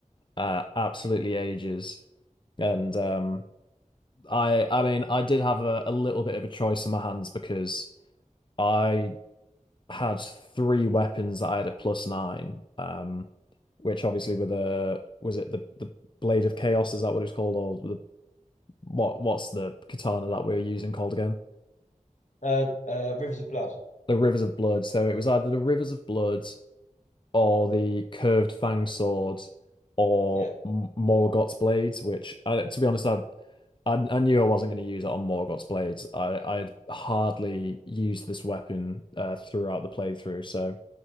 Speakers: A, on the left (about 35°); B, on the left (about 65°).
A: uh, absolutely ages. And um, I I mean, I did have a, a little bit of a choice in my hands because I had three weapons that I had at plus 9, um, which obviously were the, was it the, the Blade of Chaos? Is that what it's called? Or the, what, what's the katana that we're using called again?
B: uh, uh Rivers of Blood
A: the Rivers of Blood. So it was either the Rivers of Blood or the Curved Fang Sword or
B: yeah
A: M- Morgott's Blades, which, I, to be honest, I, I I knew I wasn't going to use it on Morgott's Blades. I I had hardly used this weapon uh, throughout the playthrough. So